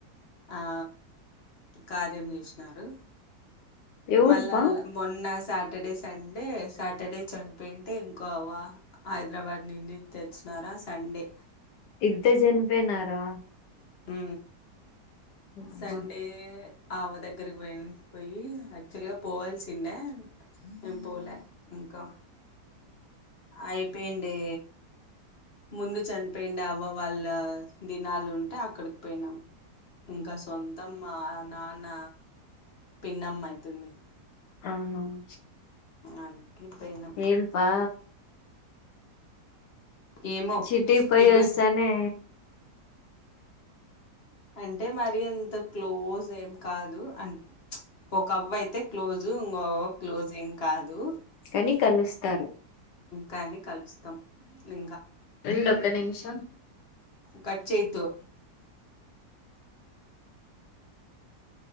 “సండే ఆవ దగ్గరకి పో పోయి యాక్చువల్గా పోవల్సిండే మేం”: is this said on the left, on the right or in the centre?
Left